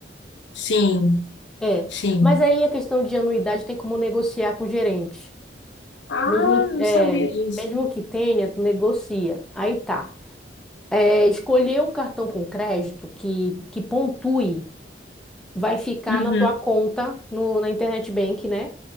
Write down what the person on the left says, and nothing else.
sim,
sim.
Ah,
não
sabia disso.
Uhum,